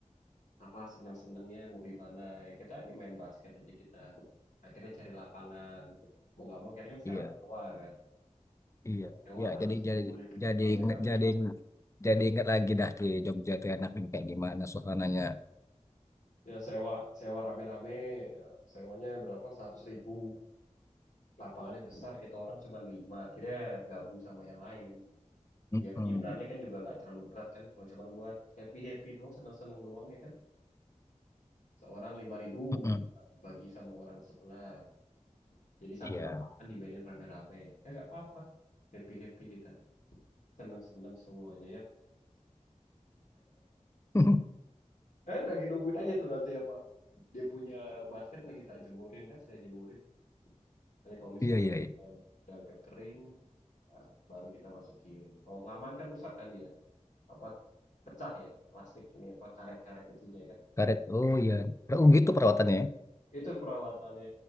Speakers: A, on the left; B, on the left.
A: apa senang-senangnya mau di mana ya kita ini main basket aja kita akhirnya cari lapangan mau gak mau akhirnya kan sekarang
B: iya,
A: sewa kan
B: iya,
A: sewa
B: iya.
A: harus
B: Jadi
A: kumpulin
B: jadi jadi
A: rame-rame
B: inget- jadi inget- jadi ingat lagi dah di Jogja itu enaknya kayak gimana suasananya.
A: ya sewa sewa rame-rame eh, sewanya berapa seratus ribu lapangannya besar kita orang cuma lima akhirnya gabung sama yang lain
B: Mm-mm,
A: biar iurannya kan juga nggak terlalu berat kan kalau cuma buat happy happy doang seneng seneng doang ya kan seorang lima ribu
B: mm-mm.
A: bagi sama orang sebelah jadi satu
B: Iya,
A: lapangan dimainin rame-rame ya nggak apa-apa happy happy kita seneng seneng semuanya ya
B: <laughs>
A: eh lagi nungguin aja tuh nanti apa dia punya basket lagi tak jemurin kan saya jemurin nanti kalau misalnya
B: iya, iya. iya.
A: eh, udah agak kering ah, baru kita masukin kalau laman kan rusak kan dia apa pecah ya plastik ini apa karet-karet itunya kan
B: Karet, oh iya. Oh gitu perawatannya ya.
A: itu perawatannya